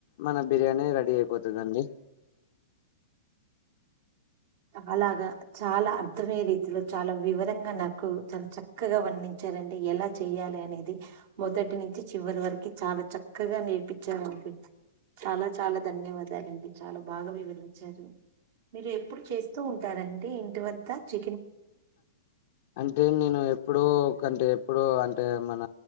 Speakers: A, on the left; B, on the right.
A: మన బిర్యానీ రెడీ అయిపోతది అండి
B: చాలాగా చాలా అర్థమయ్యే రీతిలో చాలా వివరంగా నాకు చాలా చక్కగా వర్ణించ చరండి ఎలా చెయ్యాలి అనేది మొదటి నుంచి చివరి వరకు చాలా చక్కగా నేర్పించారు చాలా చాలా ధన్యవాదాలండి చాలా బాగా వివరించారు మీరు ప్పుడు చేస్తూ ఉంటారండి ఇంటి వద్ద చి
A: అంటే నేను ఎప్పుడో ఒకటే ఇప్పుడు అంటే మన